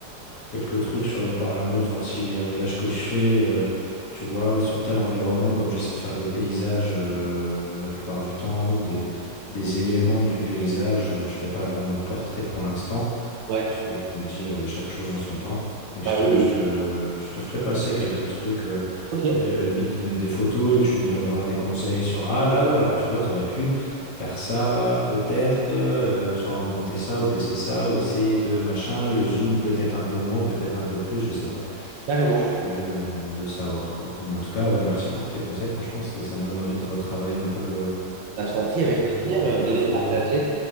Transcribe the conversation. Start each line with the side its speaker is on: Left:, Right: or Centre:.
Left: quelques trucs sur les paramètres, voir si les réglages que je fais, euh, tu vois, sur tel environnement, Ouais. comme j'essaie de faire des paysages euh, la plupart du temps, ou des, des éléments du paysage, euh, je fais pas vraiment de portrait pour l'instant.
Right: Ouais,
Left: Parce que je me dis euh, chaque chose en son temps. Mais
Right: bah
Left: je te,
Right: oui, oui,
Left: je te,
Right: oui.
Left: je te ferai passer quelques trucs, euh,
Right: Ok,
Left: et, euh, limite même des photos, et tu me donneras des conseils sur Ah là, là, alors tu vois, tu aurais pu faire ça, peut-être, euh, sans augmenter ça, ou baisser ça, ou essayer de machin, le zoom peut-être un peu moins, peut-être un peu plus, je sais pas.
Right: carrément.
Left: Je suis curieux de, de savoir, quoi. Mais en tout cas, ouais, merci pour tes conseils, franchement, c'est, ça me donne envie de retravailler un peu le,
Right: Bah, je t'en prie, avec
Left: le-
Right: plaisir, euh,
Left: la,
Right: plaisir
Left: la photo.
Right: partagé.